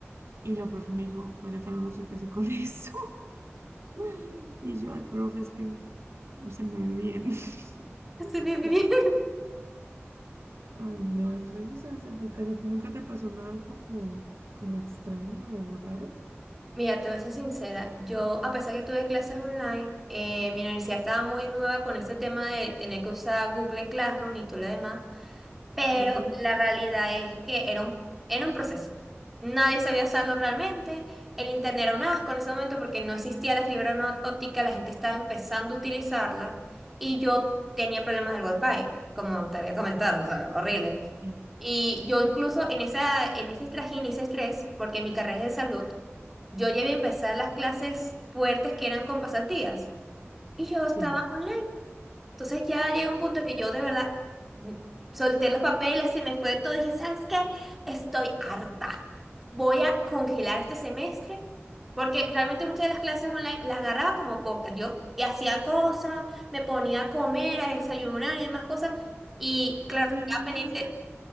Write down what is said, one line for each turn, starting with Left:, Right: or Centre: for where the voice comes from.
Right: Y la profe me dijo, María Fernanda, no sé qué hace con eso. <laughs> Y yo, ay, profe, es que se me ve bien.
Centre: <laughs>
Right: <laughs> Ay, no, extraño esas épocas. ¿A ti nunca te pasó nada como, como extraño o raro?
Centre: Mira, te voy a ser sincera, yo a pesar que tuve clases online, eh, mi universidad estaba muy nueva con ese tema de tener que usar Google Classroom y todo lo demás, pero
Right: Ujú,
Centre: la realidad es que era un, era un proceso. Nadie sabía usarlo realmente, el internet era un asco en ese momento porque no existía la fibra no- óptica, la gente estaba empezando a utilizarla y yo tenía problemas del wifi, como te había comentado, o sea, horrible.
Right: Sí.
Centre: Y yo incluso en esa, en ese trajín, y ese estrés, porque mi carrera es de salud, yo llegué a empezar las clases fuertes que eran con pasantías y yo
Right: Sí.
Centre: estaba online. Entonces ya llega un punto que yo de verdad mm, solté los papeles, se me fue de todo y dije, ¿sabes qué? Estoy harta. Voy a congelar este semestre porque realmente muchas de las clases online las agarraba como pocas. Yo y hacía cosas, me ponía a comer, a desayunar y demás cosas. Y claro,
Right: A desayunar.
Centre: ya
Right: <laughs>